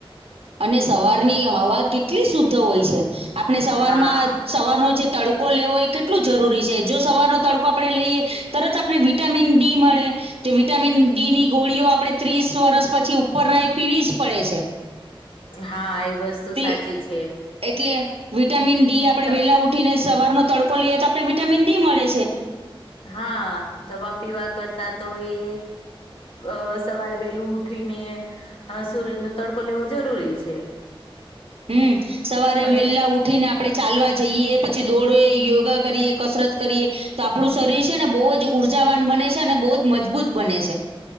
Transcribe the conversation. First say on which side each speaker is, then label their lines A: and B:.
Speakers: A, on the right (about 80°); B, on the left (about 65°).
A: અને સવારની હવા કેટલી શુદ્ધ હોય છે આપણે સવારમાં
B: હા
A: સવારનો જે તડકો લેવો એ કેટલો જરૂરી છે જો સવારનો તડકો આપડે લઈએ તરત આપને વિટામિન ડી મળે. તે વિટામિન ડી ની ગોળીઓ આપડે ત્રીસ વર્ષ પછી ઉપરના એ પીવી જ પડે છે.
B: હા એ વસ્તુ
A: તે
B: સાચી છે.
A: એટલે વિટામિન ડી આપડે
B: દ
A: વેલા ઉઠીને સવારનો તડકો લઈએ તો આપને વિટામિન ડી મળે છે.
B: હા દવા પીવા કરતા તો એ અ સવારે વેલું ઉઠીને અ સુરજનો તડકો લેવો જરૂરી છે.
A: હું સવારે
B: પણ
A: વેલા
B: આ
A: ઉ ઠીને આપડે ચાલવા જઈએ પછી દોડે યોગા કરીએ કસરત કરીએ તો આપડું શરીર છે ને બોવ જ ઉર્જાવાન બને છે અને બો જ મજબૂત બને છે.